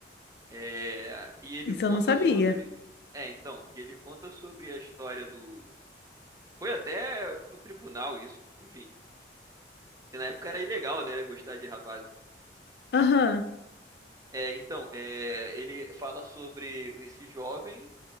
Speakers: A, on the right (about 20°); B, on the left (about 60°).
A: É, e ele
B: isso
A: conta
B: eu não sabia.
A: sobre. É, então, e ele conta sobre a história do. Foi até pro tribunal isso, enfim. Que na época era ilegal, né? Gostar de rapazes.
B: Aham.
A: É, então, é, ele fala sobre esse jovem,